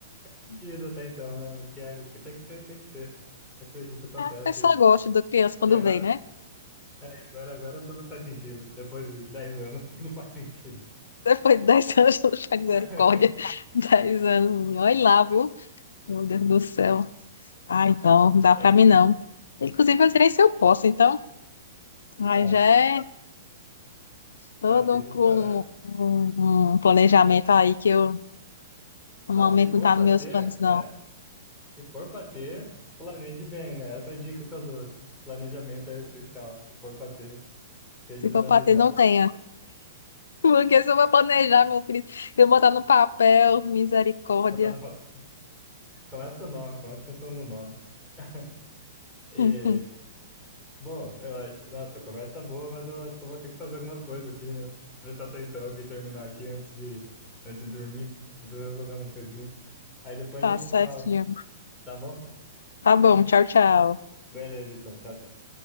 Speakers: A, in the centre; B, on the left (about 85°).
A: perdido até então, né? O que, é, o que tem que ser, tem que ser. Acredito, acontece.
B: A pessoa gosta da criança quando
A: E agora,
B: vem, né?
A: e agora, agora tudo faz sentido. Depois de 10 anos, <laughs> tudo faz sentido.
B: Depois de 10 anos, <laughs> de misericórdia.
A: <laughs>
B: dez anos, olha lá, viu? Meu Deus do céu. Ai, não, não dá
A: É,
B: pra mim, não. Inclusive, eu direi se eu posso, então. Ai,
A: é,
B: já é todo
A: é, filho,
B: um,
A: é.
B: um, um planejamento aí que eu, no
A: Não,
B: momento,
A: se for
B: não tá
A: pra
B: nos meus
A: ter,
B: planos, não.
A: é, se for pra ter, planeje bem, né? Essa é a dica que eu dou. Planejamento é essencial. Se for pra ter. seja
B: Se
A: planejado.
B: for pra ter, não tenho Porque se eu vou planejar, meu filho, eu vou botar no papel, misericórdia.
A: Botar no papel. <laughs> Começa com o nome, começa pensando no nome. <laughs> E,
B: <laughs>
A: bom, eu, acho- nossa, a conversa tá boa, mas eu acho que eu vou ter que fazer algumas coisas aqui, né? Prestar atenção aqui, terminar aqui antes de, antes de dormir. Preciso resolver umas coisinhas. Aí depois
B: Tá
A: a gente
B: certinho.
A: se fala, tá bom?
B: Tá bom, tchau, tchau.
A: Beleza, então. Tchau, tchau.